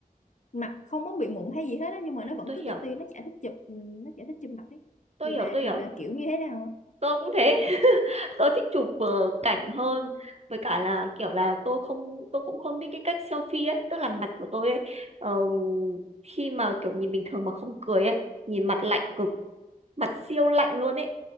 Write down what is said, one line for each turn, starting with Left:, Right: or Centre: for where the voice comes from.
Left: mặt không có bị mụn hay gì hết á nhưng mà
Right: ừ
Left: nó vẫn
Right: tôi
Left: cứ
Right: hiểu
Left: tự ti nó chả thích chụp ừ, nó chả thích chụp mặt ấy
Right: tôi
Left: thì
Right: hiểu
Left: bà
Right: tôi
Left: thì
Right: hiểu
Left: là kiểu như thế nào
Right: tôi cũng thế tôi thích chụp ờ, cảnh hơn với cả là kiểu là tôi không tôi cũng không biết cái cách selfie ấy tức là mặt của tôi ấy ờ, khi mà kiểu nhìn bình thường mà không cười ấy nhìn mặt lạnh cực mặt siêu lạnh luôn ấy